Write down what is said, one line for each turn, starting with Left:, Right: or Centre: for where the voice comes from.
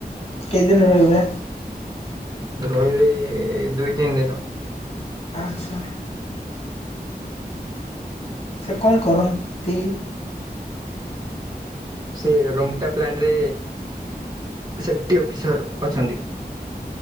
Left: କେଇଦିନ ରହିବେ?
Right: ରହିବେ ଦୁଇ ତିନ ଦିନ।
Left: ଆଚ୍ଛା। ସେ କଣ କରନ୍ତି?
Right: ସେ ରୁଙ୍ଗଟା ପ୍ଲାଣ୍ଟରେ ସେଫ୍‌ଟି ଅଫିସର ଅଛନ୍ତି।